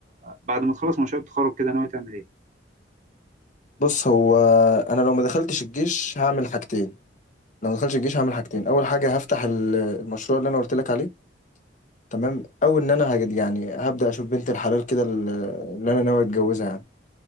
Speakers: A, on the right (about 45°); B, on the left (about 45°).
A: بعد ما تخلص مشروع التخرج كده ناوي تعمل ايه
B: بص هو انا لو ما دخلتش الجيش هعمل حاجتين لو ما دخلتش الجيش هعمل حاجتين اول حاجة هفتح ال- المشروع اللي انا قلت لك عليه تمام او ان انا هجد يعني هبدأ اشوف بنت الحلال كده ال- اللي انا ناوي اتجوزها يعني